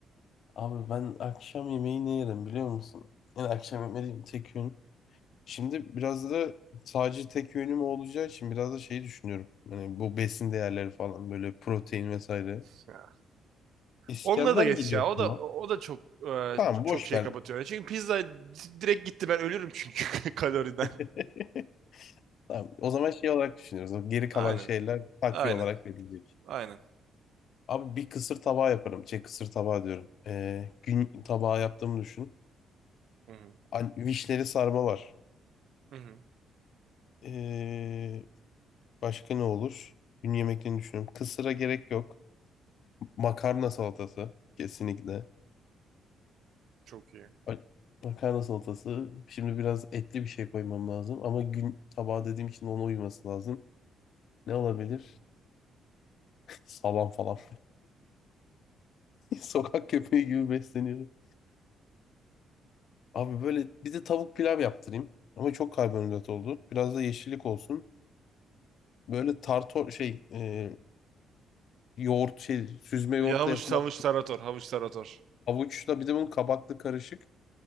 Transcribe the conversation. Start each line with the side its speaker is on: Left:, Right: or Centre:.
Left: Abi ben akşam yemeği ne yerim biliyor musun? Yani akşam yemeği tek öğün Şimdi biraz da sadece tek yönüm olacağı için biraz da şeyi düşünüyorum. Yani bu besin değerleri falan böyle protein vesaire.
Right: <laughs>
Left: İskender
Right: Onunla da geç
Left: geliyor
Right: ya.
Left: aklıma.
Right: O da o da çok e,
Left: Tamam
Right: çok
Left: boş
Right: şey
Left: ver.
Right: kapatıyor. Yani Çünkü pizza direkt gitti ben ölürüm çünkü <laughs> kaloriden.
Left: <laughs> Tamam. O zaman şey olarak düşünüyoruz. O Geri
Right: Aynen.
Left: kalan şeyler takviye
Right: Aynen.
Left: olarak verilecek.
Right: Aynen.
Left: Abi bir kısır tabağı yaparım. Şey kısır tabağı diyorum. Ee, gün tabağı yaptığımı düşün.
Right: Hı hı.
Left: An vişneli sarma var.
Right: Hı hı.
Left: Ee, başka ne olur? Gün yemeklerini düşünüyorum. Kısıra gerek yok. Makarna salatası. Kesinlikle.
Right: Çok iyi.
Left: Bak- Makarna salatası. Şimdi biraz etli bir şey koymam lazım. Ama gün tabağı dediğim için ona uyması lazım. Ne olabilir? <laughs> Salam falan. <laughs> Sokak köpeği gibi besleniyorum. Abi böyle bir de tavuk pilav yaptırayım. Ama çok karbonhidrat oldu. Biraz da yeşillik olsun. Böyle tartor şey e, yoğurt şey süzme yoğurtla
Right: Ya havuç
Left: yapılan
Right: havuç tarator, havuç tarator.
Left: havuçla bir de bunun kabaklı karışık.